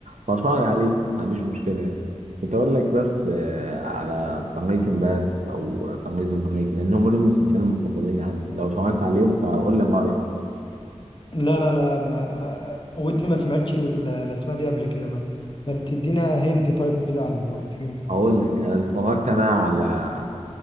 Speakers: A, on the right; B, on the left.
A: فهتفرج عليه ما عنديش مشكله يعني كنت اقول لك بس آه، على بريكنج باد او بريزون بريك لان هم دول المسلسلين المفضلين عندي لو اتفرجت عليهم فقول لي رايك
B: لا لا لا ما آه، ودي ما سمعتش ال- الاسماء دي قبل كده ما ما تدينا هنت طيب كده عن واحد فيهم
A: اقول لك أنا اتفرجت انا على